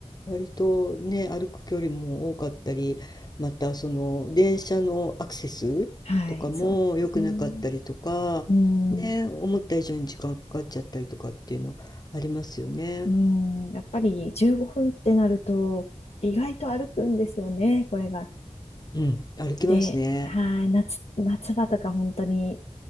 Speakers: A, on the left; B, on the left.
A: 割とね、歩く距離も多かったり、またその電車のアクセスとかも良くなかったりとか、
B: はい、そうですね。うん。
A: ね、思った以上に時間かかっちゃったりとかっていうのありますよね。
B: うん。やっぱり15分ってなると意外と歩くんですよね、これが。
A: うん、歩きますね。
B: で、はい。夏、夏場とか本当に